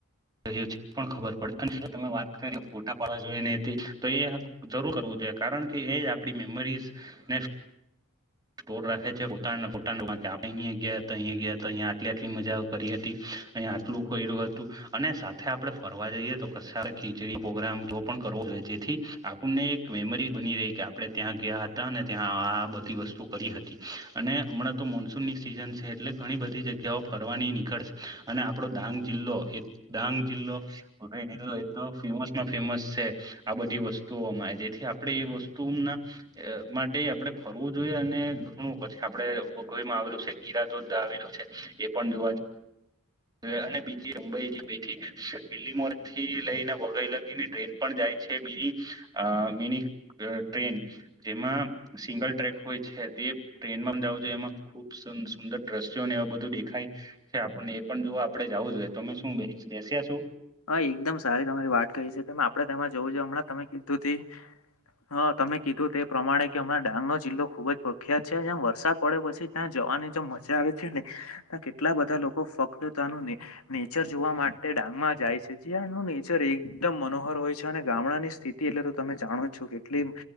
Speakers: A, on the right (about 20°); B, on the left (about 80°).
A: રહ્યો છે પણ ખબર પડે અને તમે વાત કરીને ફોટા પાડવા જોઈએ ને હતી તો એ જરૂર કરવું જે કારણ કે એ આપણી મેમરીઝ ને સ્ટોર રાખે છે ફોટા ના ફોટા પછી આપે અહી ગયા હતા અહી ગયા હતા અહીયા આટલી આટલી મજા કરી હતી. અહીંયા આટલું કર્યું હતું અને સાથે આપડે ફરવા જઈએ તો કશે આ ખીચડી પોગ્રામ તો પણ કરો હા રહે જેથી આપણને એક મેમરી બની રહી કે આપણે ત્યાં ગયા હતા અને ત્યાં આ બધી વસ્તુ કરી હતી અને હમણાં તો મોનસૂનની સિઝન છે એટલે ઘણી બધી જગ્યાઓ ફરવાની નીકળશે અને આપણો ડાંગ જિલ્લો એ ડાંગ જિલ્લો <inaudible> એતો ફેમસ નો ફેમસ છે. આ બધી વસ્તુઓમાં જેથી આપણે એ વસ્તુના અહ માટે આપડણે ફરવું જોઈએ અને ને ઘણું પછી આપડે ઓગમાં આવેલું છે ગીરા દો આવેલું છે એ પણ જોવા રે અને બી અંબઈ <inaudible> દિલ્લી મો થી લઈને વગઈ લગીની ટ્રેન પણ જાય છે મિની અહ મિની અહ ટ્રેન જેમાં સિંગલ ટ્રેક હોય છે તે ટ્રેન માં જવ જોઈએ એમાં ખુબ સું-સુંદર દ્રશ્યોને એવા બધું દેખાય છે આપણને પણ જો આપડે જાવું જોઈએ. તમે શું બેહ-બેસ્યા છો?
B: હા એકદમ સારી તમારી વાત કહી છે આપણેે તેમાં જવું જો હમણાં તમે કીધું તે હા તમે કીધું તે પ્રમાણે કે હમાણા ડાંગ નો જિલ્લો ખુબ જ પ્રખ્યાત છે જ્યાં વરસાદ પડે પછી ત્યાં જવાની જો મજા આવે છે ને ના કેટલા બધા લોકો ફક્તનું નેચર જોવા માટે ડાંગમાં જાય છે જ્યાંનું નેચર એકદમ મનોહર હોય છે અને ગામડાની સ્થિતિ એટલે તો તમે જાણો છો કેટલી